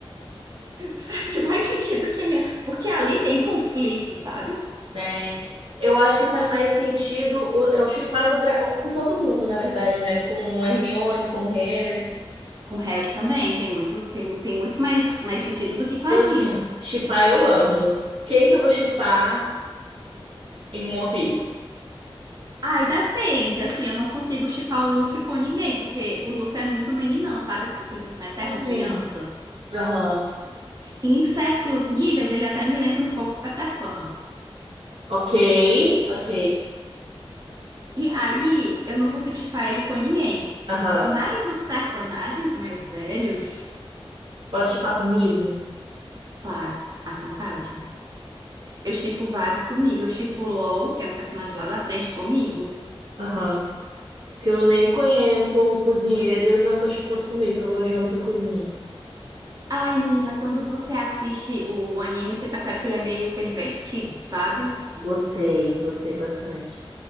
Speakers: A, on the right; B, on the right.
A: Faz mais sentido que a minha. Porque ali tem conflito, sabe?
B: Tem. Eu acho que faz mais sentido. o- Eu chipava Draco com todo mundo, na verdade, né? Com a Hermione, com o Harry.
A: Com Harry também. Tem muito, tem, tem muito mais, mais sentido do que com
B: Então,
A: a Gina.
B: assim. Shippar eu amo. Quem que eu vou shippar em One Piece?
A: Ai, depende. Assim, eu não consigo chipar o Luffy com ninguém, porque o Luffy é muito meninão, sabe? É como se ele fosse uma eterna
B: Uhum.
A: criança.
B: Aham.
A: E em certos níveis, ele até me lembra um pouco o Peter Pan.
B: Ok, ok.
A: E aí, eu não consigo chipar ele com ninguém.
B: Aham.
A: Mas os personagens mais velhos,
B: Posso shippar comigo?
A: claro, à vontade. Eu shippo vários comigo. Eu shippo o LOL, que é um personagem lá da frente, comigo.
B: Aham. Que eu nem conheço o cozinheiro e eu já tô shippando comigo, que eu gosto de homem que cozinha.
A: Ai, menina, quando você assiste o anime, você percebe que ele é meio pervertido, sabe?
B: Gostei, gostei bastante.